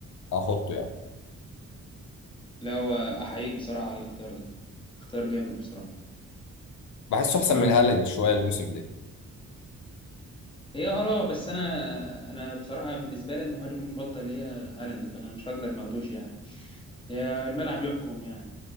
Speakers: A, on the left (about 70°); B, on the left (about 15°).
A: هحطه يعني
B: لا هو احييك بصراحه على الاختيار ده اختيار جامد بصراحه
A: بحسه احسن
B: لو
A: من هالاند شويه الموسم ده
B: هي اراء بس انا انا بصراحه بالنسبه لي أنا المهاجم المفضل هي هالاند فانا مش هقدر ما اخدوش يعني هي الملعب يحكم يعني